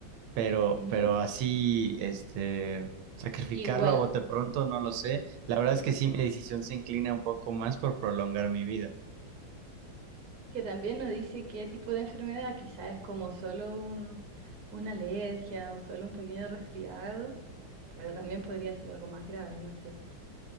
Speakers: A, on the right; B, on the right.
A: Pero,
B: ujú.
A: pero así, este, sacrificarlo
B: Igual,
A: a bote pronto, no lo sé. La verdad
B: sí,
A: es que sí, mi decisión se inclina un poco más por prolongar mi vida.
B: que también nos dice qué tipo de enfermedad, quizás es como solo un, una alergia o solo un pequeño resfriado, pero también podría ser algo más grave, no sé.